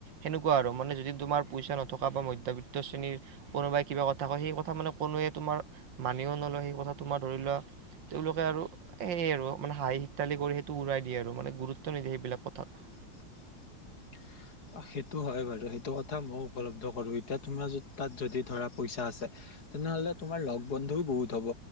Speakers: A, on the right; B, on the left.
A: হেনেকুৱা আৰু মানে যদি তোমাৰ পইচা নথকা বা মধ্যবিত্ত শ্ৰেণীৰ কোনোবাই কিবা কথা কয় সেই কথা মানে কোনোৱে তোমাৰ মানিও নলয় সেই কথা তোমাৰ ধৰি লোৱা তেওঁলোকে আৰু সেয়ে আৰু মানে হাঁহি হীতালি কৰি সেইটো উৰাই দিয়ে আৰু মানে গুৰুত্ব নিদিয়ে সেইবিলাক কথাত
B: <unintelligible> <inaudible> সেইটো হয় বাৰু সেইটো কথা মইও উপলব্ধ কৰো এতিয়া তোমাৰ তাত যদি ধৰা পইচা আছে তেনেহলে তোমাৰ লগ বন্ধুও বহুত হব